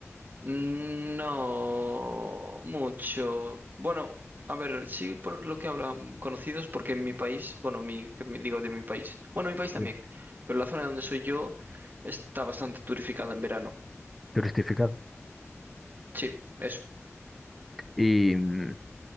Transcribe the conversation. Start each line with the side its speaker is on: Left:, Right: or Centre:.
Right: Mm, No mucho. Bueno, a ver, sí por lo que hablan conocidos, porque en mi país, bueno, mi, que mi- digo de mi país, bueno, mi país también,
Centre: Sí.
Right: pero la zona donde soy yo está bastante turificada en verano.
Centre: Turistificado.
Right: Sí, eso.
Centre: Y, mm,